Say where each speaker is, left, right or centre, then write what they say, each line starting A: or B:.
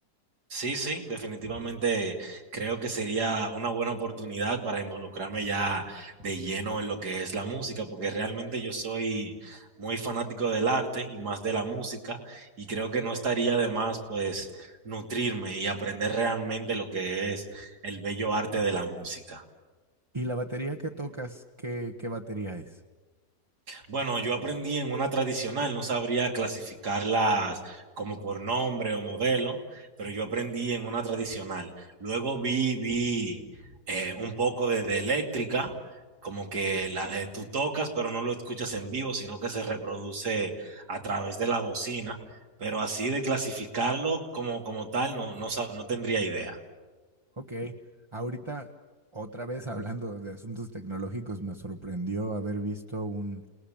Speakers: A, on the right; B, on the right.
A: Sí, sí, definitivamente creo que sería una buena oportunidad para involucrarme ya de lleno en lo que es la música, porque realmente yo soy muy fanático del arte y más de la música, y creo que no estaría de más pues nutrirme y aprender realmente lo que es el bello arte de la música.
B: ¿Y la batería que tocas, qué, qué batería es?
A: Bueno, yo aprendí en una tradicional, no sabría clasificarlas como por nombre o modelo, pero yo aprendí en una tradicional. Luego vi, vi eh, un poco de, de eléctrica, como que la- eh, tú tocas, pero no lo escuchas en vivo, sino que se reproduce a través de la bocina, pero
B: Ah,
A: así de clasificarlo como, como tal, no, no, sa- no tendría idea.
B: ok, ahorita otra vez hablando de asuntos tecnológicos, me sorprendió haber visto un